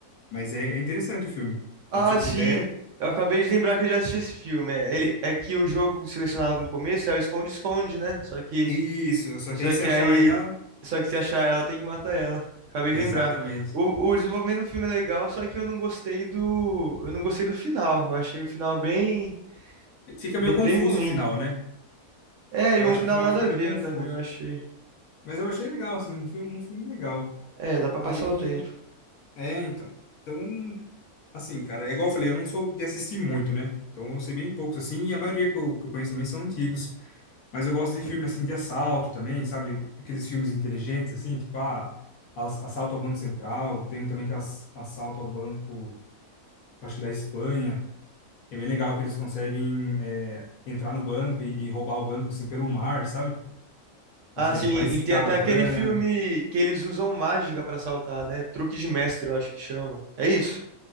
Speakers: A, on the left; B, on the right.
A: Mas é, é interessante o filme.
B: Ah,
A: Quando você puder.
B: sim. Eu acabei de lembrar que eu já assisti esse filme. É, Ele, é que o jogo selecionado no começo é o esconde-esconde, né? Só que
A: Isso, só
B: Só
A: que aí se
B: que
A: achar
B: aí.
A: ela.
B: Só que se achar ela, tem que matar ela. Acabei
A: Exatamente.
B: de lembrar. O, o desenvolvimento do filme é legal, só que eu não gostei do. Eu não gostei do final. Eu achei o final bem,
A: Fica
B: bem,
A: meio confuso
B: bem ruim.
A: o final, né?
B: É,
A: Eu
B: e um
A: acho
B: final
A: que o final
B: nada
A: fica
B: a
A: meio
B: ver
A: confuso.
B: também, eu achei.
A: Mas eu achei legal, assim, um filme, um filme legal.
B: É, dá pra
A: Aí,
B: passar o tempo.
A: é, então. Então, assim, cara, é igual eu falei, eu não sou de assistir muito, né? Então eu sei bem poucos, assim, e a maioria que eu, que eu conheço também são antigos. Mas eu gosto de filme, assim, de assalto também, sabe? Aqueles filmes inteligentes, assim, tipo, ah, Ass- Assalto ao Banco Central. Tem um também que é Ass- Assalto ao Banco, acho que da Espanha. É bem legal que eles conseguem é, entrar no banco e, e roubar o banco assim pelo mar, sabe?
B: Ah,
A: Consegue,
B: sim,
A: vai escavando.
B: e tem até aquele filme que eles usam mágica pra saltar, né? Truque de mestre, eu acho que chama. É isso?